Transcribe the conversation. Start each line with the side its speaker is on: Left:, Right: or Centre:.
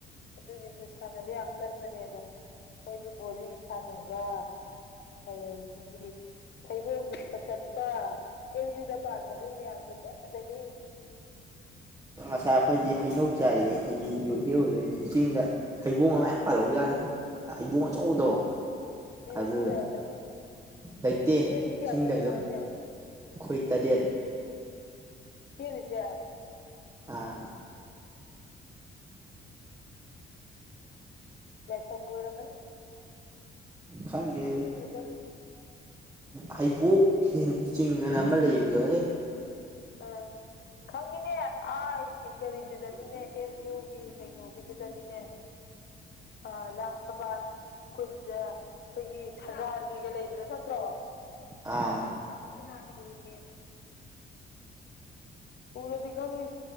Left: ꯑꯗꯨꯁꯤꯡꯗꯨ ꯁꯥꯟꯅꯕ ꯌꯥꯝ ꯀꯟꯕꯅꯦꯕ ꯑꯩꯣꯏꯗꯤ ꯕꯣꯂꯤ ꯁꯥꯟꯅꯕ ꯋꯥꯕꯥ ꯑꯗꯤ ꯊꯩꯕꯣꯡꯒꯤꯛꯇ ꯆꯠ ꯄ ꯑꯦꯝ ꯌꯨꯗ ꯄꯥꯟꯕ ꯍꯩ ꯃꯌꯥꯝꯗꯕꯨ ꯆꯍꯤ
Right: ꯑꯁꯥ ꯑꯩꯈꯣꯏꯗꯤ ꯍꯩꯅꯧ ꯆꯥꯔꯤꯑꯌꯦ ꯍꯌꯦꯡ ꯍꯧꯗꯣꯏꯅꯦ ꯆꯤꯡꯗ ꯍꯩꯕꯣꯡ ꯑꯃ ꯃꯌꯥꯝ ꯄꯥꯜꯔꯛ ꯌꯥꯅꯤ ꯍꯥꯏꯕꯨꯡ ꯑꯆꯧꯗꯣ
Left: ꯅꯪ ꯃꯤ
Right: ꯑꯗꯨꯗ
Left: ꯃꯄꯨ ꯂꯩꯔꯝꯒꯅꯤ
Right: ꯂꯩꯇꯦ
Left: ꯅꯣꯏ ꯃꯤ ꯀꯌꯥ
Right: ꯆꯤꯡꯗ
Left: ꯆꯠꯂꯤꯅꯣ
Right: ꯑꯗꯨꯝ
Left: ꯍꯥꯏꯁꯦ
Right: ꯑꯩꯈꯣꯏ ꯇꯔꯦꯠ
Left: ꯐꯔꯤꯖ
Right: ꯑꯥ
Left: ꯂꯦꯊꯒ ꯑꯣꯏꯔꯒꯅꯤ
Right: ꯈꯪꯗꯤ
Left: ꯆꯪꯉꯨ
Right: ꯍꯩꯕꯣꯛ ꯆꯤꯡ ꯑꯅ ꯑꯃ ꯂꯩꯕꯗꯣꯍꯦ
Left: ꯑꯝ ꯈꯪꯉꯤꯅꯦ ꯑ ꯀꯔꯤꯗꯨꯗꯅꯤꯅꯦ ꯑꯦꯝ ꯌꯨꯒꯤ ꯀꯩꯅꯣꯒꯤꯗꯨꯗꯅꯤꯅꯦ ꯑ ꯂꯥꯡꯊꯕꯥꯜ ꯈꯨꯟꯖꯥ ꯑꯩꯈꯣꯏꯒꯤ ꯁꯖꯥꯟꯒꯤꯒ ꯂꯩꯕꯗꯣ ꯅꯠꯇ꯭ꯔꯣ
Right: ꯑꯥ
Left: ꯦꯠꯇꯅꯀ ꯍꯒꯦ ꯅꯗꯤꯅꯤ